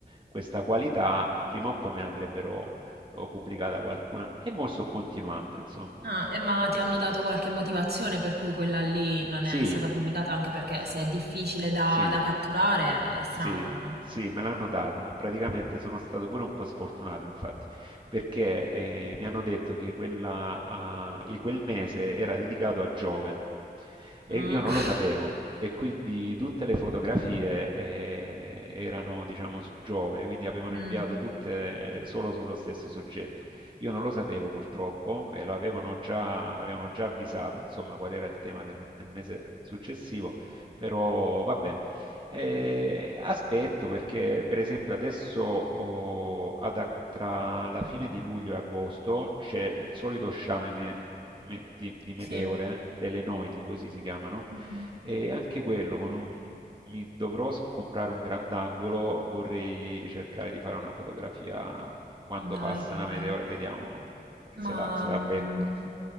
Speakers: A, on the right; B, on the right.
A: questa qualità, prima o poi me ne avrebbero eh, pubblicata qualcuna e mo' sto continuando, insomma.
B: Ah, e ma ti hanno dato qualche motivazione per cui quella lì non
A: Sì,
B: è stata pubblicata? Anche perché
A: s-
B: se è difficile da,
A: sì,
B: da catturare è strano,
A: Sì,
B: no?
A: sì, me l'hanno data. Praticamente sono stato pure un po' sfortunato, infatti, perché eh, mi hanno detto che quella, ah, e quel mese era dedicato a Giove e
B: Ah.
A: io non lo sapevo.
B: <laughs>
A: E quindi tutte le fotografie eh, erano, diciamo, su Giove, quindi avevano
B: Mm.
A: inviato tutte eh, solo sullo stesso soggetto. Io non lo sapevo purtroppo e lo avevano già, avevano già avvisato, insomma, qual era il tema del del mese successivo, però vabbè. Eh, aspetto perché, per esempio, adesso oh, ad ag- tra la fine di luglio e agosto c'è il solito sciame me- me- di, di meteore,
B: Sì.
A: eh, le lenoidi, così si chiamano,
B: Mm.
A: e anche quello con un- mi dovrò s- comprare un grandangolo, vorrei cercare di fare una fotografia quando
B: Dai,
A: passa
B: che bello.
A: una meteora e vediamo se
B: Ma
A: la se la
B: mh,
A: becco.